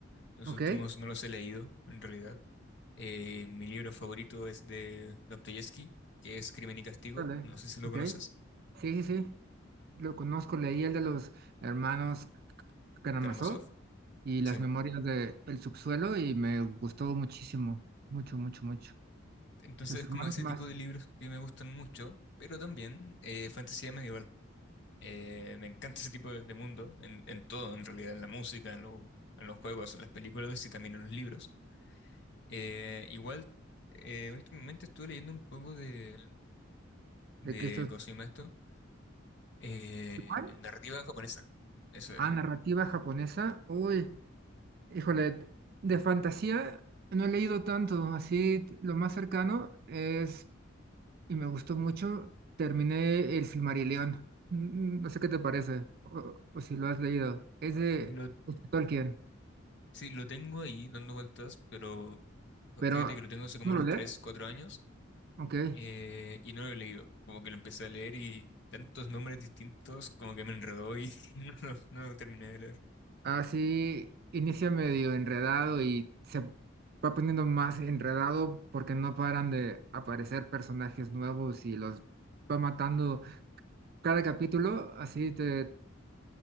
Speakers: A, on the left; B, on the right.
A: los
B: Ok,
A: últimos no los he leído en realidad Eh, mi libro favorito es de Dostoyevsky, que es Crimen y Castigo.
B: vale,
A: No sé si lo
B: ok.
A: conoces,
B: Sí, sí, sí. Lo conozco, leí el de los hermanos Karamazov
A: Karamazov.
B: y las
A: Sí.
B: memorias de El subsuelo y me gustó muchísimo, mucho, mucho, mucho.
A: Entonces
B: Los
A: es
B: hermanos
A: como ese
B: más,
A: tipo de libros que me gustan mucho, pero también eh, fantasía medieval. Eh, me encanta ese tipo de, de mundo, en, en todo, en realidad, en la música, en, lo- en los juegos, en las películas y también en los libros. Eh, igual, eh, últimamente estuve leyendo un poco de,
B: de
A: de
B: que estos...
A: ¿cómo se llama esto? Eh,
B: ¿Cuál?
A: narrativa japonesa. Eso
B: Ah,
A: era.
B: narrativa japonesa. Uy, híjole, de fantasía no he leído tanto, así lo más cercano es y me gustó mucho. Terminé El Silmarillion. Mm, mm, No sé qué te parece o, o si lo has leído. Es de,
A: Lo
B: es de Tolkien,
A: Sí, lo tengo ahí dando vueltas, pero
B: pero
A: fíjate que lo tengo hace como
B: ¿tú lo
A: unos
B: lees?
A: 3 4 años
B: Ok.
A: eh, y no lo he leído. Como que lo empecé a leer y tantos nombres distintos como que me enredó y <laughs> no, lo- no lo terminé de leer.
B: Así inicia medio enredado y se va poniendo más enredado porque no paran de aparecer personajes nuevos y los va matando. Cada capítulo, así te